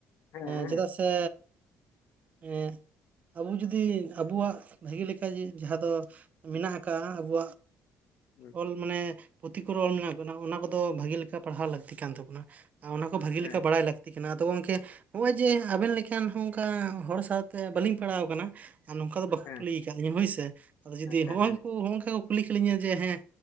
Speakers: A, on the left (about 55°); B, on the right (about 30°).
A: ᱦᱮᱸ ᱦᱮᱸ
B: ᱪᱮᱫᱟᱜ ᱥᱮ ᱮᱸ, ᱟᱵᱩ ᱡᱩᱫᱤ ᱟᱵᱚᱣᱟᱜ ᱵᱷᱟᱜᱤ ᱞᱮᱠᱟ ᱡᱟᱦᱟᱸ ᱫᱚ ᱢᱮᱱᱟᱜ ᱠᱟᱜ-ᱟ ᱟᱵᱩᱣᱟᱜ
A: ᱦᱮᱸ
B: ᱚᱞ ᱢᱟᱱᱮ ᱯᱩᱛᱷᱤ ᱠᱚᱨᱚᱱ ᱚᱞ ᱢᱮᱱᱟᱜ ᱠᱟᱱᱟ ᱚᱱᱟ ᱠᱚᱫᱚ ᱵᱷᱟᱜᱮ ᱞᱮᱠᱟ ᱯᱟᱲᱦᱟᱣ ᱞᱟᱹᱠᱛᱤ ᱠᱟᱱ ᱛᱟᱵᱳᱱᱟ, ᱟᱨ ᱚᱱᱟ ᱠᱚ ᱵᱷᱟᱹᱜᱤ
A: ᱦᱮᱸ
B: ᱞᱮᱠᱟ ᱵᱟᱲᱟᱭ ᱞᱟᱠ ᱞᱟᱹᱠᱛᱤ ᱠᱟᱱᱟ ᱟᱫᱚ ᱜᱚᱝᱠᱮ ᱱᱚᱜᱼᱚᱭ ᱡᱮ ᱟᱵᱮᱱ ᱞᱮᱠᱟᱱ ᱦᱚᱸ ᱚᱱᱠᱟ ᱦᱚᱲ ᱥᱟᱶᱛᱮ ᱵᱟᱹᱞᱤᱧ ᱯᱟᱲᱟᱣ ᱠᱟᱱᱟ, ᱟᱨ ᱱᱚᱝᱠᱟ ᱫᱚ ᱵᱟᱠᱚ
A: ᱦᱮᱸ
B: ᱠᱩᱞᱤ ᱠᱟᱫᱤᱧᱟᱹ ᱦᱳᱭᱥᱮ ᱟᱫᱚ ᱡᱩᱫᱤ
A: ᱟᱪᱪᱷᱟ
B: ᱦᱚᱸᱜᱼᱚᱭ
A: ᱦᱮᱸ
B: ᱩᱱᱠᱩ ᱦᱚᱸᱜ ᱚᱱᱠᱟ ᱠᱩᱞᱤ ᱠᱤᱞᱤᱧᱟ ᱡᱮ ᱦᱮᱸ